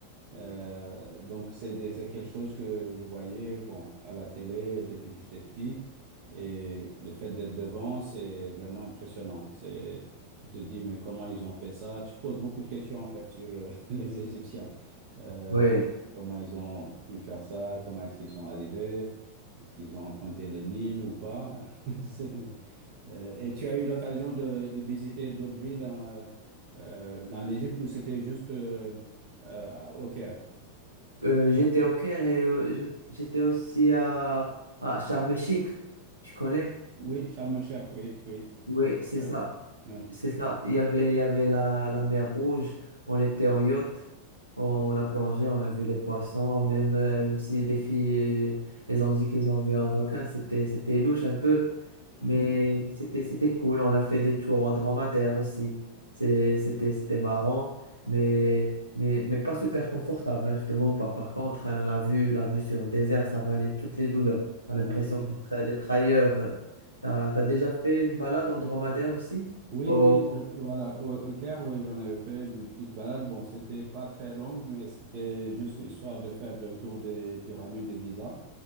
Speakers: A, on the right; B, on the right.
A: Euh, donc, c'est des- c'est quelque chose que je voyais, bon, à la télé depuis que j'étais petit. Et le fait d'être devant, c'est vraiment impressionnant. C'est, tu te dis, mais comment ils ont fait ça? Tu te poses beaucoup de questions, en fait, sur euh, <laughs> les Égyptiens. Euh,
B: ouais
A: comment ils ont pu faire ça? Comment est-ce qu'ils sont arrivés? Est-ce qu'ils ont emprunté le Nil ou pas? <laughs> C'est- euh, et tu as eu l'occasion de, de visiter d'autres villes euh, euh, dans l'Égypte où c'était juste... euh, euh, au Caire.
B: Euh, j'étais au Caire et euh, je- j'étais aussi à, à Sharm el-Sheikh. Tu connais?
A: Oui, Charles Malcher, oui, oui.
B: Oui,
A: Charles
B: c'est
A: Melcher,
B: ça.
A: ouais.
B: C'est ça. Il y avait, il y avait la, la mer Rouge. On était en yacht. On a plongé, on a vu les poissons. Même, euh, même si les filles, euh, elles ont dit qu'elles ont vu un requin, c'était, c'était louche un peu.
A: <laughs>
B: Mais c'était, c'était cool. On a fait des tours en dromadaire aussi. C'est- C'était, c'était marrant, mais, mais, mais pas super confortable, hein, je pas. Par contre, hein, la vue, la vue sur le désert, ça valait toutes les douleurs. On
A: Ouais,
B: a l'impression
A: ouais.
B: d'être d'être ailleurs. euh. T'as, t'as déjà fait une balade en dromadaire aussi?
A: Oui,
B: Au...
A: oui, je- voilà, au, au Caire, oui, j'en avais fait une petite balade. Bon, c'était pas très longue, mais c'était juste histoire de faire le tour des pyramides de Gizeh.